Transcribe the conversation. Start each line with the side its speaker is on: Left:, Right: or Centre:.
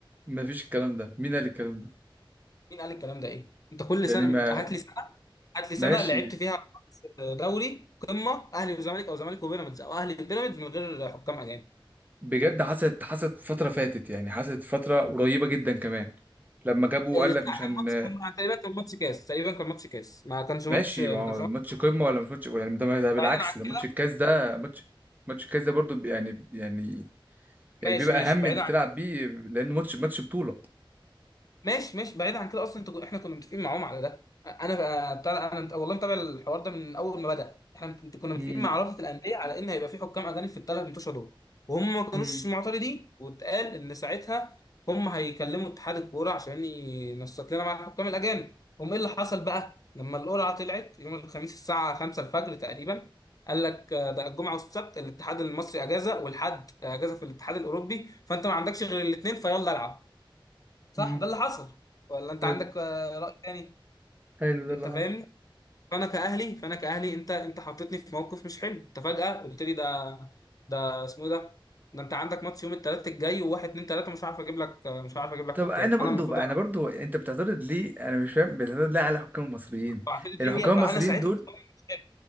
Right: ما فيش الكلام ده مين قال الكلام ده
Left: مين قال الكلام ده ايه انت كل
Right: يعني
Left: سنه
Right: ما
Left: انت هات لي سنه هات لي
Right: ماشي
Left: سنه لعبت فيها دوري قمه اهلي وزمالك او زمالك وبيراميدز او اهلي وبيراميدز من غير حكام اجانب
Right: بجد حصلت حصلت فتره فاتت يعني حصلت فتره قريبه جدا كمان لما جابوا
Left: بتاع
Right: قال لك مش هن
Left: كان ماتش كان- تقريبا كان ماتش كاس تقريبا كان ماتش كاس ما كانش
Right: ماشي
Left: ماتش ما
Right: ما هو
Left: كانش ماتش
Right: ماتش قمه ولا مش ماتش يعني ده ده بالعكس
Left: بعيدا عن
Right: ده ماتش
Left: كده
Right: الكاس ده ماتش ماتش الكاس ده برضو يعني يعني يعني
Left: ماشي
Right: بيبقى
Left: ماشي
Right: اهم
Left: بعيدا
Right: انت تلعب بيه لانه ماتش ماتش بطولة
Left: ماشي ماشي بعيد عن كده اصلا انت كو- احنا كنا متفقين معاهم على ده انا بتاع انا مت- والله متابع الحوار ده من اول ما بدا احنا مت- كنا متفقين
Right: امم
Left: مع رابطه الانديه على ان هيبقى في حكام اجانب في الثلاث منتوشه دول وهم ما كانوش
Right: امم
Left: معترضين واتقال ان ساعتها هم هيكلموا اتحاد الكوره عشان ينسق لنا مع الحكام الاجانب هم ايه اللي حصل بقى لما القرعه طلعت يوم الخميس الساعه 5 الفجر تقريبا قال لك آه، ده الجمعه والسبت الاتحاد المصري اجازه والحد اجازه في الاتحاد الاوروبي فانت ما عندكش غير الاثنين فيلا العب صح
Right: امم
Left: ده اللي حصل ولا انت
Right: حلو
Left: عندك آه، رأي تاني
Right: حلو ده
Left: انت
Right: اللي حصل
Left: فاهمني فانا كأهلي فانا كأهلي انت انت حطيتني في موقف مش حلو انت فجأة قلت لي ده ده اسمه إيه ده ده انت عندك ماتش يوم الثلاث الجاي وواحد اتنين تلاته مش عارف اجيب لك آه، مش عارف اجيب لك
Right: طب
Left: حكام
Right: انا برضو
Left: انا المفروض
Right: بقى انا برضو انت بتعترض ليه انا مش فاهم بتعترض ليه على حكام المصريين
Left: اعترض ليه
Right: يعني حكام المصريين
Left: ما انا ساعتها
Right: دول
Left: مستواي مش حلو